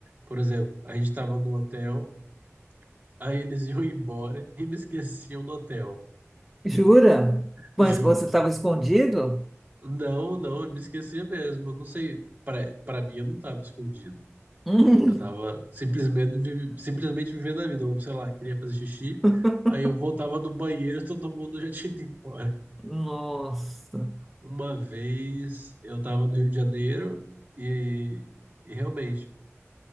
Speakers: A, on the right; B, in the centre.
A: por exemplo, a gente estava no hotel, aí eles <laughs> iam embora e me esqueciam no hotel.
B: jura?
A: Juro.
B: Mas você estava escondido?
A: Não, não, eu me esqueci mesmo. Eu não sei. Pra, pra mim, eu não tava escondido.
B: <laughs>
A: Eu tava simplesmente, vive- simplesmente vivendo a vida. Eu, sei lá, queria fazer xixi.
B: Hum,
A: Aí eu voltava do banheiro <laughs> e todo mundo já tinha ido embora.
B: Nossa.
A: Uma vez eu tava no Rio de Janeiro e, e realmente,